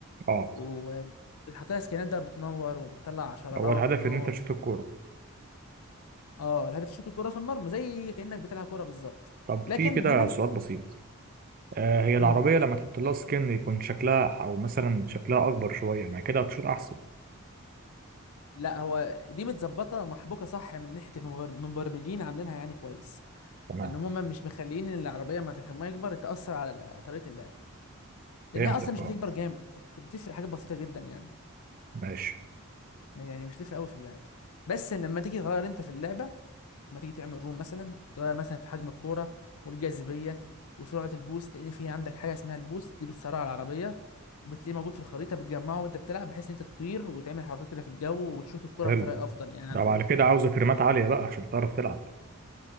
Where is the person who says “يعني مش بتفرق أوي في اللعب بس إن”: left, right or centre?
Left